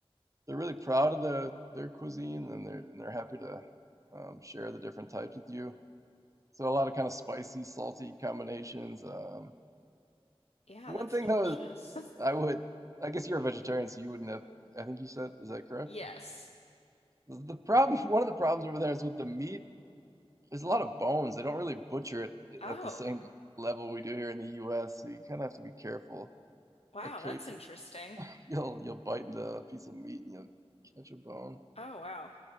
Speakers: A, on the right; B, on the left.
A: they're really proud of the their cuisine and they're and they're happy to um, share the different types with you. So a lot of kind of spicy, salty combinations. Um,
B: Yeah,
A: one
B: that's
A: thing
B: delicious.
A: though,
B: <laughs>
A: I would, I guess you're a vegetarian, so you wouldn't have. I think you said, is that correct?
B: Yes.
A: The problem, <laughs> one of the problems over there is with the meat. There's a lot of bones. They don't really butcher it eh,
B: Oh,
A: at the same level we do here in the U.S. So you kind of have to be careful.
B: wow,
A: Occasionally,
B: that's interesting.
A: you'll you'll bite into a piece of meat and you'll catch a bone.
B: Oh, wow.